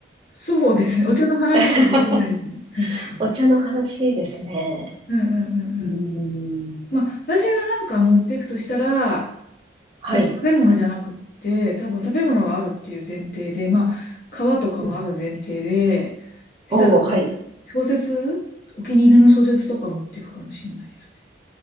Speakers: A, on the left; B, on the right.
A: そうですね。お茶の話しかしてないですね。
B: <laughs>
A: 確かに。
B: お茶の話ですね。
A: うんうんうんうん。
B: うん
A: まあ、私がなんか持っていくとしたら、
B: はい。
A: その食べ物じゃなくって、多分食べ物はあるっていう前提で、まあ、皮とかもある前提で、
B: うん。
A: したら、
B: おー、はい。
A: 小説、お気に入りの小説とか持っていくかもしれないですね。